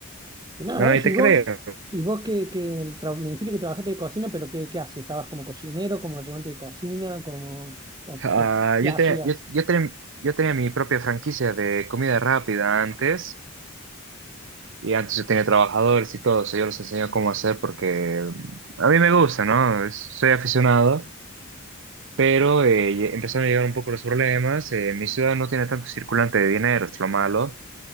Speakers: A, on the right (about 20°); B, on the right (about 65°).
A: Y nada,
B: No,
A: eso.
B: y te
A: ¿Y vos?
B: creo.
A: ¿Y vos que, que tra- me dijiste que trabajaste de cocina, pero qué, qué hacías? ¿Estabas como cocinero, como ayudante de cocina, como, o-
B: Ah,
A: o qué
B: yo
A: hacías?
B: tenía, yo, yo tenía, yo tenía mi propia franquicia de comida rápida antes, y antes yo tenía trabajadores y todo, eso yo les enseño cómo hacer porque a mí me gusta, ¿no? Es- Soy aficionado, pero eh, ye- empezaron a llegar un poco los problemas. eh, mi ciudad no tiene tanto circulante de dinero, es lo malo.